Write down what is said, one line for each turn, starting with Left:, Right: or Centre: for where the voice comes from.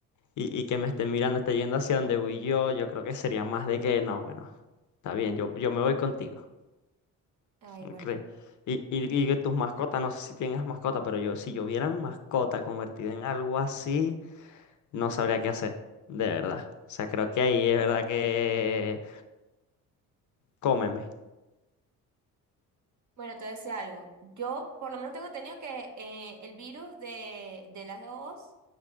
Left: y, y que me esté mirando, esté yendo hacia donde voy yo. Yo creo que sería más de que no, bueno, está bien, yo, yo me voy contigo.
Right: Ay,
Left: Okay.
Right: bueno.
Left: Y, y, y que tus mascotas, no sé si tienes mascota, pero yo, si yo viera mi mascota convertida en algo así, no sabría qué hacer, de verdad. O sea, creo que ahí es verdad que cómeme.
Right: Bueno, te decía algo. Yo por lo menos tengo entendido que eh, el virus de, de las dos